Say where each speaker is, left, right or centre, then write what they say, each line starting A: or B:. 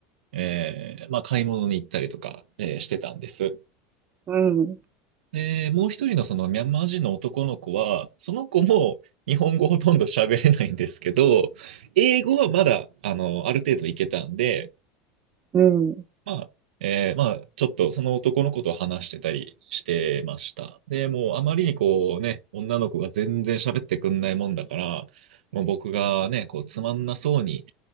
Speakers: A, on the right; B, on the right.
A: えーまあ買い物に行ったりとか、えーしてたんです。
B: うん。
A: で、もう一人のそのミャンマー人の男の子は、その子も日本語ほとんど喋れないんですけど、英語はまだ、あの、ある程度いけたんで、
B: うん。
A: まあ、えーまあ、ちょっとその男の子と話してたりしてました。で、もうあまりにこうね、女の子が全然喋ってくんないもんだから、もう僕がね、こうつまんなそうに、